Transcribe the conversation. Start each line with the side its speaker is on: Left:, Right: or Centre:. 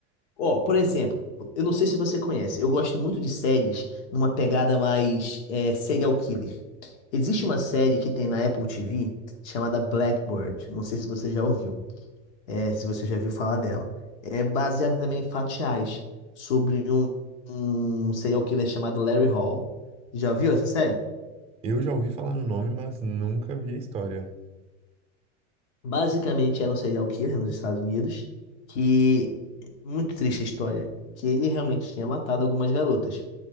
Left: Ó, por exemplo, eu não sei se você conhece, eu gosto muito de séries numa pegada mais é, serial killer. Existe uma série que tem na Apple TV chamada Blackbird. Não sei se você já ouviu, é, se você já viu falar dela. É baseada também em fatos reais sobre um, um serial killer chamado Larry Hall. Já viu essa série?
Right: Eu já ouvi falar no nome, mas nunca vi a história.
Left: Basicamente era um serial killer nos Estados Unidos, que muito triste a história, que ele realmente tinha matado algumas garotas.